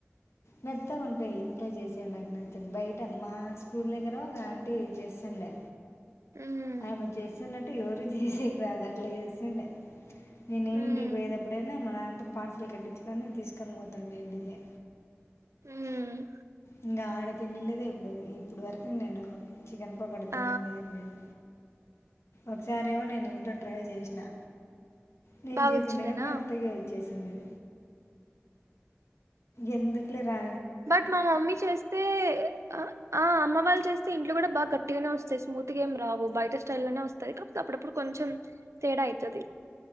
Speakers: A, on the left; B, on the right.
A: మెత్తగా ఉంటాయి ఇంట్లో చేసేవి నాకు నచ్చదు బయట మా స్కూల్ దగ్గర ఒక ఆంటి చేస్తాను ఉండే
B: ఉమ్,
A: ఆమె చేసింది దంటే ఎవరు చేసేకి రాదు అట్లా చేస్తుండే నేను
B: ఉమ్,
A: ఇంటికి పోయేదప్పుడైనా మా న్నాన తో పార్సల్ కట్టించుకని తీసుకొని పోతాంట ఇంటికి
B: హ్మ్
A: ఇంకా ఆడ తినిండిదే ఎప్పుడు ఇప్పుడు వరకు నేను చికెన్ పకోడ
B: ఆ
A: తినింది ఏం లేదు ఒకసారేమో నేను ఇంటో ట్రై చేసినా నేం
B: బాగా
A: చేసిండే
B: వచ్చిండేనా
A: కానీ మెత్తగాచ్చేసిండే ఎందుకులే రా
B: బట్ మా మమ్మీ చేస్తే ఆ ఆమ్మ వాళు చేస్తే ఇంట్లో కూడా బా గట్టిగానే వస్తయి స్మూత్ గా ఏం రావు బయట స్టైల్లో లోనే వస్తయి కాపోతే అప్పుడప్పు కొంచం తేడాయితది